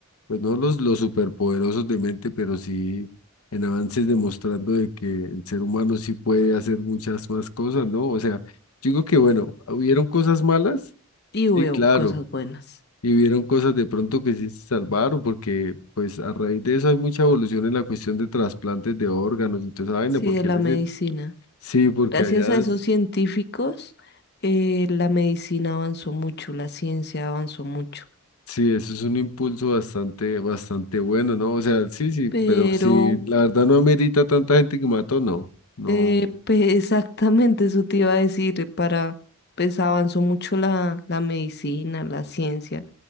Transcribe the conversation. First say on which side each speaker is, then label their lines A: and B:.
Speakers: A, on the left; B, on the left.
A: Pues no los, los superpoderosos de mente, pero sí en avances demostrando de que el ser humano sí puede hacer muchas más cosas, ¿no? O sea, yo digo que bueno, hubieron cosas malas,
B: y veo
A: sí, claro,
B: cosas buenas.
A: y hubieron cosas de pronto que sí se salvaron, porque pues a raíz de eso hay mucha evolución en la cuestión de trasplantes de órganos y toda esa vaina,
B: Sí,
A: porque
B: de la
A: en ese,
B: medicina.
A: sí, porque
B: Gracias
A: allá
B: a esos científicos, eh, la medicina avanzó mucho, la ciencia avanzó mucho.
A: Sí, eso es un impulso bastante, bastante bueno, ¿no? O sea, sí, sí,
B: Pero,
A: pero sí, la verdad no amerita tanta gente que mató, no, no.
B: eh, <laughs> pe- exactamente eso te iba a decir, para, pues avanzó mucho la, la medicina, la ciencia.